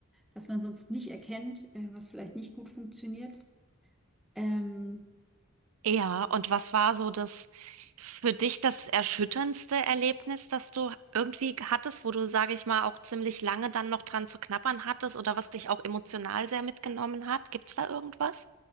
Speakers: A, in the centre; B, on the right.
A: was man sonst nicht erkennt, äh, was vielleicht nicht gut funktioniert. Ähm,
B: Ja, und was war so das für dich das erschütterndste Erlebnis, das du irgendwie hattest, wo du, sage ich mal, auch ziemlich lange dann noch dran zu knabbern hattest oder was dich auch emotional sehr mitgenommen hat? Gibt's da irgendwas?